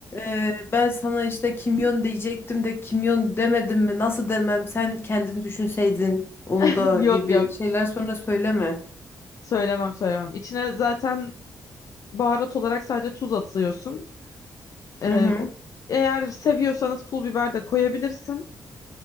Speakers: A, on the left; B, on the left.
A: e, ben sana işte kimyon diyecektim de kimyon demedim mi? Nasıl demem? Sen kendin düşünseydin onu
B: <laughs>
A: da
B: Yok
A: gibi
B: yok.
A: şeyler sonra söyleme.
B: Söylemem söylemem. İçine zaten Baharat olarak sadece tuz atıyorsun. Ee,
A: Hı hı.
B: eğer seviyorsanız pul biber de koyabilirsin.